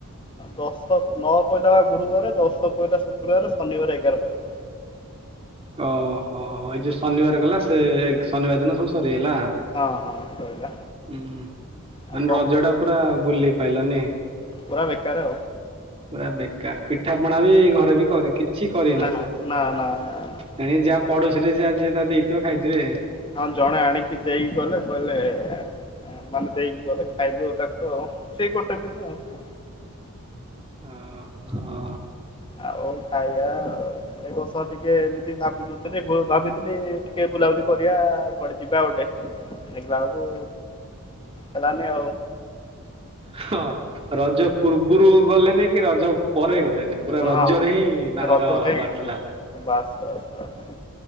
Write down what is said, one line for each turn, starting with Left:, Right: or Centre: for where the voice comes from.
Left: ଦଶ ନଅ ପହିଲା ଗୁରୁବାର ଦଶ ପହିଲା ଶୁକ୍ରବାର ଶନିବାର ଏଗାର ପଇଲା।
Right: ଓହ ଏଇ ଯୋଉ ଶନିବାର ଗଲା ସେ ଶନିବାର ଦିନ ସବୁ ସରିଗଲା।
Left: ହଁ ହଁ ସଇଲା।
Right: ହୁଁ ମାନେ
Left: ଆଉ କଣ
Right: ରଜଟା
Left: କରିବା
Right: ପୁରା ବୁଲି ପାଇଲନି
Left: ପୁରା ବେକାର ଆଉ
Right: ପୁରା ବେକାର ପିଠାପଣା ବି ଘରେ ବି କରି କିଛି କରିନଥିବ।
Left: ନା ନା ନା ନା ନା
Right: ତେଣିକି ଯାହା ପଡୋଶୀରେ ଯାହା ଯିଏ ଯାହା ଦେଇଥିବ ଖାଇଥିବେ।
Left: ହଁ ଜଣେ ଆଣିକି ଦେଇକି ଗଲେ କହିଲେ ମାନେ ଦେଇକି ଗଲେ ଖାଇଲୁ ତାକୁ ଆଉ ସେଇ ଗୋଟେ ଦିନି ଆଉ
Right: ଅ ହଁ
Left: ଆଉ ଖାଇବା ଆଉ ଏ ବଷ ଟିକେ ଏମିତି ଭାବିନଥିଲି ଭାବିଥିଲି ଟିକେ ବୁଲାବୁଲି କରିବା କୁଆଡେ ଯିବା ଗୋଟେ ଦେଖିଲା ବେଳକୁ ହେଲାନି ଆଉ
Right: ହଁ ରଜ ପୂର୍ବରୁ ଗଲେନି କି ରଜ ପରେ ଗଲେ ପୁରା
Left: ହଁ
Right: ରଜରେ ହିଁ ତାଙ୍କର
Left: ରଜରେ
Right: ହବାର
Left: ହିଁ
Right: ଥିଲା।
Left: ବାସ୍ ବାସ୍ ବାସ୍